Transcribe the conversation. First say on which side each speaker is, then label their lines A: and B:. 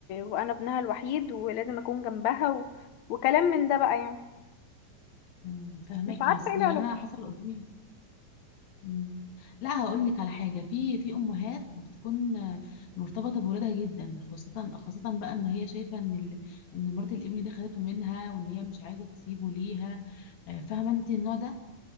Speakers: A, on the left; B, on the left.
A: وانا ابنها الوحيد ولازم اكون جنبها و... وكلام من ده بقى يعني
B: مم، فهمك
A: مش عارفه
B: يا اصل
A: ايه العلاقه
B: يعني انا حصل قدامي مم. لا هقول لك على حاجه في في امهات بتكون آه، مرتبطه بولادها جدا خاصه خاصه بقى ان هي شايفه ان ال... ان مرات الابن دي خدته منها وان هي مش عايزه تسيبه ليها آه، فاهمه انت النوع ده